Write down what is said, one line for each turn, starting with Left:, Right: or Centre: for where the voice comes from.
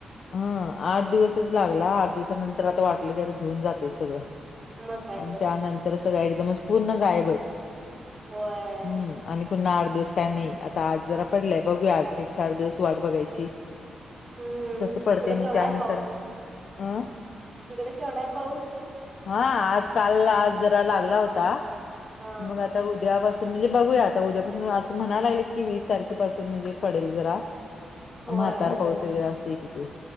Left: हं आठ दिवसच लागला आठ दिवसानंतर आता वाटलं की आता धुऊन जातेय सगळं
Right: मग काय
Left: आणि
Right: तर
Left: त्यानंतर स गा एकदमच पूर्ण गायबच
Right: होय
Left: हम्म आणि. पुन्हा आठ दिवस काय नाही आता आज जरा पडलंय बघूया अजून एक चार दिवस वाट बघायची
Right: हम्म
Left: कसं पडते
Right: तिकडे
Left: मग
Right: केवढा
Left: त्यानुसार
Right: आहे पाऊस
Left: अं
Right: तिकडे केवढाय पाऊस?
Left: हा आज काल आज जरा लागला होता
Right: हा
Left: मग आ ता उद्यापासून म्हणजे बघूया आता उद्यापासून असं म्हणाला लागले की वीस तारखेपासून म्हणजे पडेल जरा
Right: होय
Left: म्हातार पाऊस वगैरे असते किथ